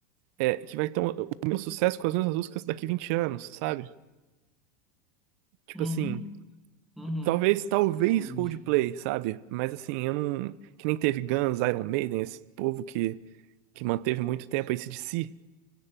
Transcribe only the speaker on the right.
é, que vai ter um- o meu sucesso com as mesmas músicas daqui 20 anos, sabe? Tipo
assim,
talvez, talvez
Coldplay, sabe? Mas assim, eu não. Que nem teve Guns, Iron Maiden, esse povo que, que manteve muito tempo, AC/DC,